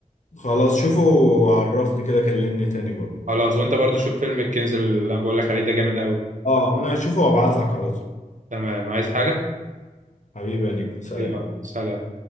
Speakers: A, on the left (about 60°); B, on the right (about 60°).
A: خلاص شوفه وعرفني كده كلمني تاني بقى
B: خلاص وانت برضو شوف فيلم الكنز اللي انا بقول لك عليه ده جامد قوي
A: اه انا هشوفه وابعت لك على طول
B: تمام عايز حاجة؟
A: حبيبي يا نجم سلام
B: يلا سلام